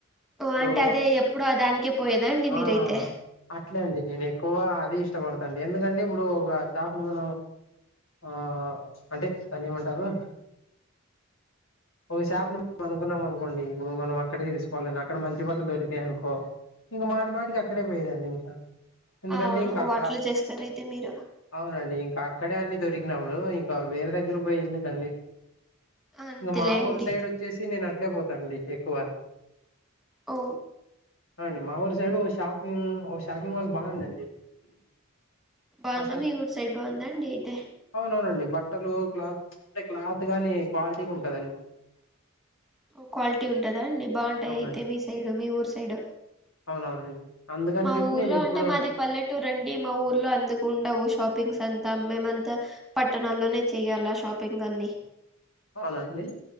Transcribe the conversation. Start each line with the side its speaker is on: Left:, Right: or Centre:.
Centre: ఓ
Left: ఇప్పుడు
Centre: అంటే అదే ఎప్పుడు ఆదానికే పోయేదా అండి
Left: ఆ
Centre: మీరైతే
Left: అట్లే అండి నేను ఎక్కువ అది ఇష్టపడతాండి ఎందుకంటే ఇప్పుడు ఒక షాపుని మనం ఆ అంటే దాన్నేమంటారు ఒకషాపునీ నం అనుకున్నాం అనుకోండి ఇప్పుడు మనం అక్కడికి తీసుకోవాలని అక్కడ మంచి బట్టలు దొరికాయ్ అనుకో ఇంకా మాట మాటికి అక్కడే పోయేదండి ఇంకా ఎందుకంటే
Centre: అవును
Left: ఇంకా
Centre: ఓ
Left: అక్కడ
Centre: అట్లా చేస్తారయితే మీరు
Left: అవునండి ఇంకా అక్ క్కడే అన్ని దొరికినప్పుడు ఇంకా వేరే దగ్గర పోయి ఎందుకండి
Centre: అంతేలేండి
Left: ఇంకా మా ఊరు సైడ్ వచ్చేసి నేను అట్లే పోతాండి ఎక్కువ
Centre: ఓ
Left: ఆండి మా ఊరు సైడు ఓ షాపింగ్ ఓ షాపింగ్ మాల్ బాగుందండి
Centre: బాందా
Left: ఆ
Centre: మీ ఊరు సైడ్ బాందా అండి అయితే
Left: అవునండి బట్టలు క్లాత్ అంటే క్లాత్ గానీ క్వాలిటీగుంటదండి
Centre: ఎక్కువ క్వాలిటీ ఉంటదా అండి బాంటాయి
Left: అవునండి
Centre: అయితే మీ సైడు మీ ఊరు సైడు
Left: అవునవునండి అందుకని
Centre: మా
Left: చెప్పి
Centre: ఊర్లో
Left: నేను ఎప్పుడు
Centre: అంటే మాది పల్లెటూరండి మా ఊర్లో అందుకు ఉండవు షాప్ పింగ్స్ అంతా మేమంత పట్టణాల్లో చేయాలా షాపింగ్ అన్ని
Left: అవునండి